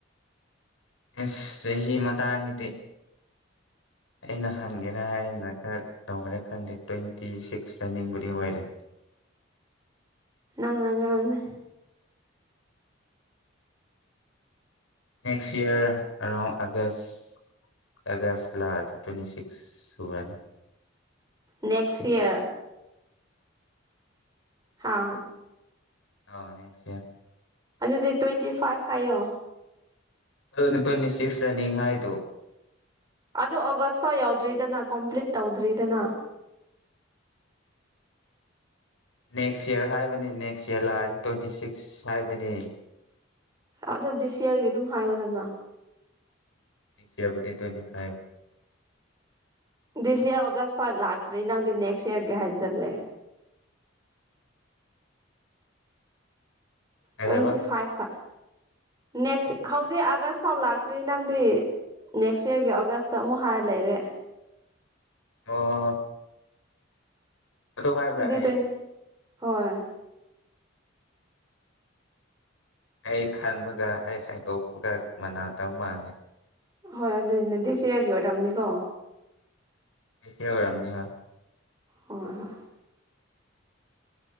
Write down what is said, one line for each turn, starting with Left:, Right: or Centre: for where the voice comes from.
Left: ꯑꯁ ꯆꯍꯤ ꯃꯇꯥꯡꯒꯤꯗꯤ ꯑꯩꯅ ꯍꯟꯒꯦꯔꯥ ꯍꯥꯏꯅ ꯈꯔ ꯇꯧꯔꯥ ꯈꯪꯗꯦ ꯇ꯭ꯋꯦꯟꯇꯤ ꯁꯤꯛꯁ ꯔꯟꯅꯤꯡꯕꯨꯗꯤ ꯑꯣꯏꯔꯦ
Right: ꯅꯪ ꯑꯉꯥꯡꯅ‌ꯦ
Left: next year around August August ꯂꯥꯛꯑꯗꯤ ꯇ꯭ꯋꯦꯟꯇꯤ ꯁꯤꯛꯁ ꯁꯨꯔꯅꯤ
Right: ꯅꯦꯛꯁ ꯏꯌꯥꯔ ꯍꯥꯥ
Left: ꯑꯥꯎ ꯅꯦꯛꯁ ꯏꯌꯥꯔ
Right: ꯑꯗꯨꯗꯤ ꯇ꯭ꯋꯦꯟꯇꯤ ꯐꯥꯏꯚ ꯍꯥꯏꯌꯣ
Left: ꯑꯗꯨꯅꯤ ꯇ꯭ꯋꯦꯟꯇꯤꯁꯤꯛꯁ ꯔꯟꯅꯤꯡ ꯍꯥꯏꯗꯨ
Right: ꯑꯗ‌ꯣ ꯑꯣꯒꯁ ꯐꯥꯎ ꯌꯥꯎꯗ꯭ꯔꯤꯗꯅ ꯀꯣꯝꯄ꯭ꯂꯤꯠ ꯇꯧꯗ꯭ꯔꯤꯗꯅ
Left: ꯅꯦꯛꯁ ꯏꯌꯥꯔ ꯍꯥꯏꯕꯅꯤ ꯅꯦꯛꯁ ꯏꯌꯥꯔ ꯂꯥꯛꯑ ꯇ꯭ꯋꯦꯟꯇꯤ ꯁꯤꯛꯁ ꯍꯥꯏꯕꯅꯤ
Right: ꯑꯗꯣ ꯗꯤꯁ ꯏꯌꯥꯔꯒꯤ ꯗꯨꯝ ꯍꯥꯏꯌꯣꯗꯅ
Left: ꯗꯤꯁ ꯏꯌꯥꯔꯕꯨꯗꯤ twenty five
Right: this year August ꯐꯥꯎ ꯂꯥꯛꯇ꯭ꯔꯤ ꯅꯪꯗꯤ ꯅꯦꯛꯁ ꯏꯌꯥꯔꯒꯤ ꯍꯥꯏꯖꯜꯂꯦ
Left: ꯀꯩ
Right: ꯇ꯭ꯋꯦꯟꯇꯤ
Left: ꯍꯥꯏꯕ
Right: ꯐꯥꯏꯚ ꯐ ꯅꯦꯛꯁ ꯍꯧꯖꯤꯛ ꯑꯥꯒꯁ ꯐꯥꯎ ꯂꯥꯛꯇ꯭ꯔꯤ ꯅꯪꯗꯤ ꯅꯦꯛꯁ ꯏꯌꯔꯒꯤ ꯑꯣꯒꯁꯇ ꯑꯃꯨꯛ ꯍꯥꯏꯔ ꯂꯩꯔꯦ
Left: ꯑꯣ ꯍꯣ ꯍꯣ꯫ ꯍꯥꯏꯕ꯭ꯔꯥ
Right: ꯑꯗꯨꯗꯤ
Left: ꯑꯩ
Right: ꯇ꯭ꯋꯦꯟ ꯍꯣꯏ꯫
Left: ꯑꯩ ꯈꯟꯕꯒ ꯑꯩ ꯍꯥꯏꯗꯣꯛꯄꯒ ꯃꯅꯥꯇ ꯃꯥꯜꯂꯦ꯫
Right: ꯍꯣꯏ ꯑꯗꯨꯅꯦ ꯗꯤꯁ ꯁꯤꯌꯔꯒꯤ ꯑꯣꯏꯔꯝꯅꯤꯀꯣ꯫
Left: ꯏꯟꯁꯇ꯭ꯔꯥꯝꯅꯤ ꯍꯥ꯫
Right: ꯍꯣꯏ ꯍꯣꯏ꯫